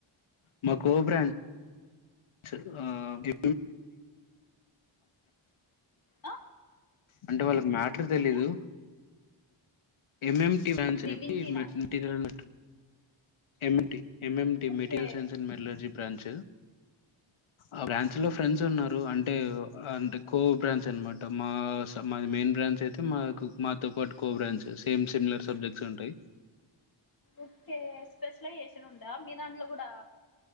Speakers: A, on the left; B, on the left.
A: మా కో బ్రాడ్ <unintelligible>
B: ఆ
A: అంటే వాళ్ళకి మ్యాటర్ తెలిదు
B: ఏంటి
A: ఎంఎటి బ్రాన్స్ అనిచేప్పి
B: డివింటీనా
A: material MA MMT
B: okay
A: material science and మెటజీ బ్రాంచె ఆ బ్రాంచ్ లో ఫ్రెండ్స్ ఉన్నారు అంటే అంటే కో బ్రాంచ్ అనమాట మా మాది మెయిన్ బ్రాంచ్ అయితే మాకు మాతో పాటు co branch. Same similar subjects ఉంటాయి.
B: ఓకే స్పెషలైజేసాన్ ఉందా మీ దాంలో కూడా